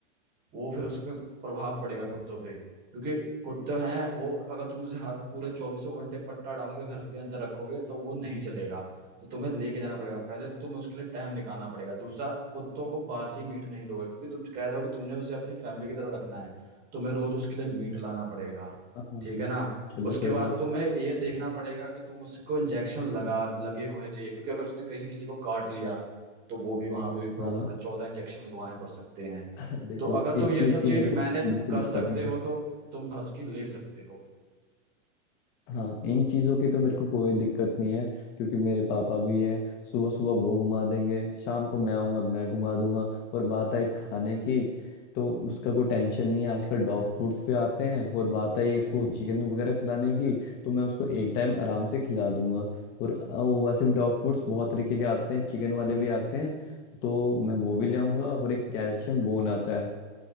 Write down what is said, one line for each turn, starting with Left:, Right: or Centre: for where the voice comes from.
Right: वो फिर उस पे प्रभाव पड़ेगा कुत्तों पे क्योंकि कुत्ते हैं वो अगर तुम उसे हर- पूरे चौबीसों घंटे पट्टा डाल के घर के अंदर रखोगे तो वो नहीं चलेगा तो तुम्हें लेके जाना पड़ेगा पहले तो तुम्हें उसके लिए टाइम निकालना पड़ेगा दूसरा कुत्तों को बासी मीट नहीं दोगे क्योंकि तुम कह रहे हो कि तुमने उसे अपनी फैमिली की तरह रखना है तुम्हें रोज उसके लिए मीट लाना पड़ेगा
Left: हाँ
Right: ठीक है ना
Left: चलो
Right: उसके
Left: कोई
Right: बाद
Left: बात
Right: तुम्हें
Left: नहीं
Right: ये देखना पड़ेगा कि तुम उसको इंजेक्शन लगा लगे होने चाहिए क्योंकि अगर उसने कहीं किसी को काट लिया तो वो भी वहां पे भी प्रॉब्लम
Left: हाँ
Right: है चौदह इंजेक्शन लगवाने पड़ सकते हैं।
Left: <laughs> देखो
Right: तो अगर तुम
Left: इस
Right: ये
Left: चीज
Right: सब चीज
Left: की मेरे
Right: मैनेज
Left: को बिल्कुल
Right: कर
Left: दिक्कत
Right: सकते
Left: नहीं
Right: हो
Left: है।
Right: तो तुम भस्की ले सकते हो
Left: हाँ इन चीज़ों की तो मेरे को कोई दिक्कत नहीं है क्योंकि मेरे पापा भी हैं सुबह सुबह वो घुमा देंगे शाम को मैं आऊँगा मैं घुमा दूंगा और बात आई खाने की तो उसका कोई टेंशन नहीं है आजकल डॉग फूड्स भी आते हैं और बात आई उसको चिकन वगैरह खिलाने की तो मैं उसको एक टाइम आराम से खिला दूंगा और अ, वैसे भी डॉग फूड्स बहुत तरीके के आते हैं चिकन वाले भी आते हैं तो मैं वो भी ले आऊंगा और एक कैल्शियम बोन आता है